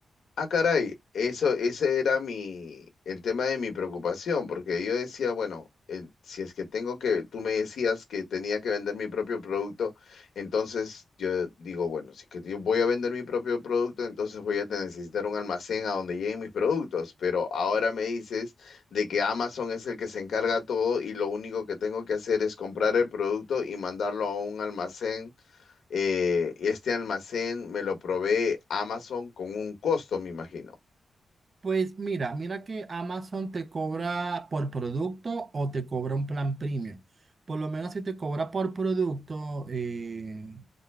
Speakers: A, on the left; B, on the right.
A: Ah, caray, eso, ese era mi, el tema de mi preocupación, porque yo decía, bueno, el- si es que tengo que, tú me decías que tenía que vender mi propio producto, entonces yo digo, bueno, si es que yo voy a vender mi propio producto, entonces voy a te- necesitar un almacén a donde lleguen mis productos, pero ahora me dices de que Amazon es el que se encarga todo y lo único que tengo que hacer es comprar el producto y mandarlo a un almacén eh, este almacén me lo provee Amazon con un costo, me imagino.
B: Pues mira, mira que Amazon te cobra por producto o te cobra un plan premium. Por lo menos si te cobra por producto, eh,